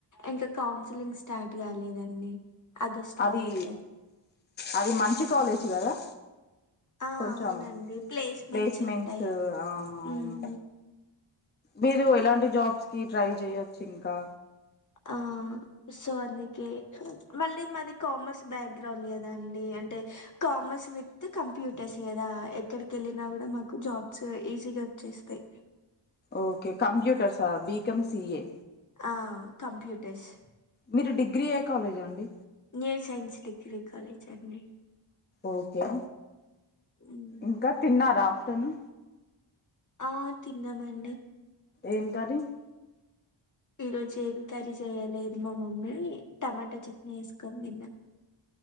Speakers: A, on the left (about 40°); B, on the left (about 20°).
A: ఇంకా కౌన్సిలింగ్ స్టార్ట్ కాలేదండి ఆగస్ట్
B: అది
A: లో అయితది
B: అది మంచి కాలేజీ గదా
A: ఆ
B: కొంచం
A: అవునండి
B: ప్లేస్మెంట్స్
A: ఉంటాయి
B: ఆ అవును
A: ఉమ్
B: మీరు ఎలాంటి జాబ్స్ కి ట్రై చెయొచ్చు ఇంకా?
A: ఆ సో అందుకే మళ్ళీ మాది కామర్స్ బ్యాక్ గ్రౌండ్ గదా అండి అంటే కామర్స్ విత్ కంప్యూటర్స్ గదా ఎక్కడికి వెళ్ళినా కూడా మాకు జాబ్స్ ఈజీగా చేస్తాయి
B: ఓకే కంప్యూటర్సా బికెమ్ సిఏ
A: ఆ కంప్యూటర్స్
B: మీరు డిగ్రీ ఏ కాలేజ్ అండి?
A: న్యూ సైన్స్ డిగ్రీ కాలేజ్ అండి
B: ఓకే
A: ఉమ్
B: ఇంకా తిన్నారా ఆఫ్టర్నూ
A: ఆ తిన్నానండి
B: ఏం కర్రీ
A: ఈరోజు ఏం కర్రీ చేయలేదు మా మమ్మీ టమాటా చట్నీ ఏసుకొని తిన్న